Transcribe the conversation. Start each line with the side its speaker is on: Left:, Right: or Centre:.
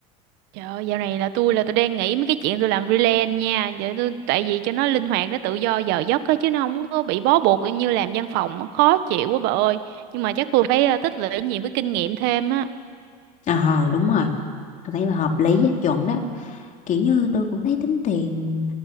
Right: Trời ơi, dạo này là tôi là tôi đang nghĩ mấy cái chuyện tôi làm freelance nha. Để tôi tại vì cho nó linh hoạt nó tự do giờ giấc á chứ nó không có bị bó buộc như làm văn phòng khó chịu quá bà ơi. Nhưng mà chắc tôi phải ờ, tích lũy nhiều cái kinh nghiệm thêm á.
Left: ờ đúng rồi tôi thấy là hợp lý á, chuẩn đó kiểu như tôi cũng thấy tính tiền